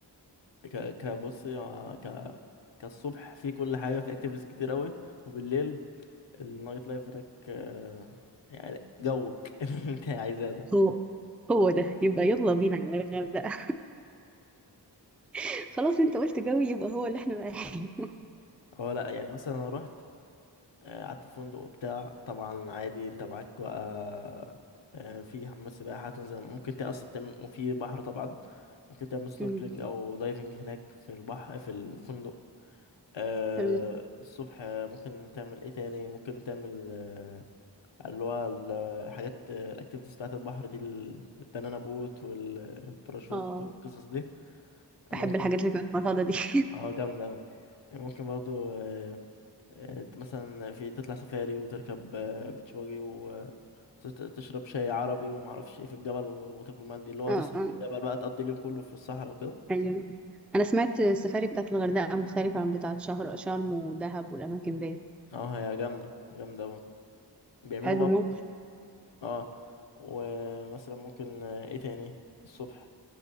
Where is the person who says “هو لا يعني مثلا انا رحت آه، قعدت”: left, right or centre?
Left